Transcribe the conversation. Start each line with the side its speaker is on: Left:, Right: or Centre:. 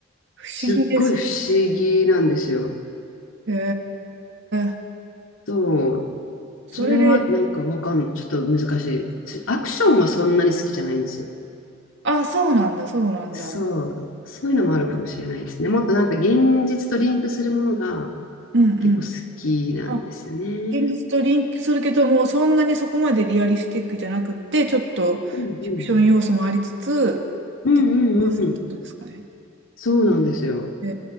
Right: 不思議ですね。
Left: すっごい不思議なんですよ。
Right: えー、
Left: そう。
Right: それで、
Left: それはなんかわかん、ちょっと難しい。つアクションはそんなに好きじゃないんですよ。
Right: あ、そうなんだ、そうなんだ。
Left: そう。そういうのもあるかもしれないですね。もっとなんか現実とリンクするものが
Right: うんうん。
Left: 結構好きなんですよね。
Right: あ、現実とリンクするけども、そんなにそこまでリアリスティックじゃなくって、ちょっとフィクション要素もありつつ、
Left: うんうん。うんうんうん。
Right: ってますってことですかね。
Left: そうなんですよ。
Right: へ